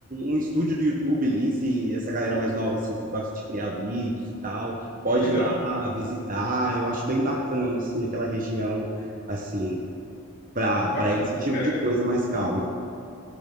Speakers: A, on the right; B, on the left.
A: um estúdio do YouTube ali, se essa galera mais nova, assim, que gosta de criar vídeos e tal, pode
B: legal,
A: ir lá visitar. Eu acho bem bacana, assim, aquela região, assim, para para
B: bacana,
A: esse tipo
B: cara,
A: de coisa mais calma,